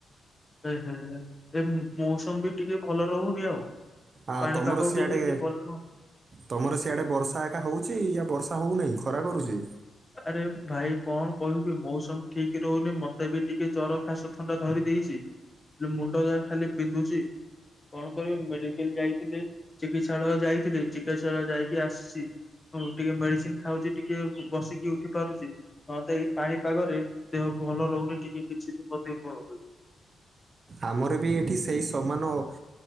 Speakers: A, on the left (about 20°); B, on the right (about 40°).
A: ହ ଏ ମୌସମ ବି ଟିକେ ଭଲ ରହୁନି ଆଉ।
B: ଆଁ
A: ପାଣିପାଗ
B: ତମର ସିଆଡେ
A: ବି କିଛି ଭଲ ରହୁନି।
B: ତମର ସିଆଡେ ବର୍ଷା ଏକା ହଉଛି ବର୍ଷା ହଉନାହିଁ ଖରା କରୁଛି?
A: ଆରେ ଭାଇ କଣ କହିବି ମୌସମ୍ ଠିକ ରହୁନି ମତେ ବି ଟିକେ ଜର। ଖାସ ଥଣ୍ଡା ଧରି ଦେଇଛି ହେଲେ ମୁଣ୍ଡ ଯାହା ଖାଲି ବିନ୍ଧୁଛି। କଣ କରିବି ମେଡିକାଲ ଯାଇଥିଲେି ଚିକିତ୍ସାଳୟ ଯାଇଥିଲେ ଚିକିତ୍ସାଳୟ ଯାଇକି ଆସିଛି। ହଁ ଟିକେ ମେଡିସିନ ଖାଉଛି, ଟିକେ ବସିକି ଉଠି ପାରୁଛି ହ ତ ଏଇ ପାଣିପାଗରେ ଦେହ ଭଲ ରହୁନି ଟିକେ କିଛି ବି ମଧ୍ୟ ନୁନି
B: ଆମର ବି ଏଠି ସେଇ ସମାନ ପ